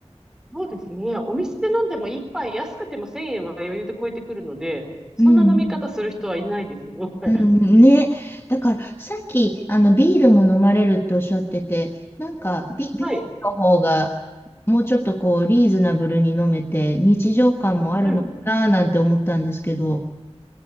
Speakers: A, in the centre; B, on the left (about 20°).
A: そうですね。お店で飲んでも一杯安くても1000円は余裕で超えてくるので、そんな飲み方する人はいないですね。
B: うんうん。
A: <laughs>
B: うんうんね。だから、さっき、あの、ビールも飲まれるっておっしゃってて、なんかビ、ビールの方が、
A: はい。
B: もうちょっとこう、リーズナブルに飲めて、日常感もあるのかな、
A: うん。
B: なんて思ったんですけど。